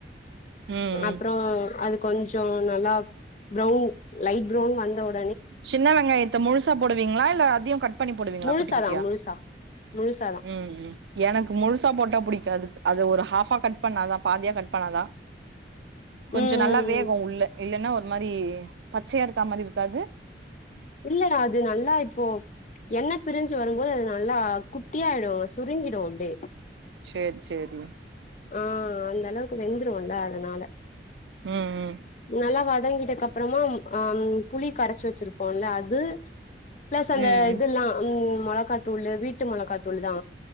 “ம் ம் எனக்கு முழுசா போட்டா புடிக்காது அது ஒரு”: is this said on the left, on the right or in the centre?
Right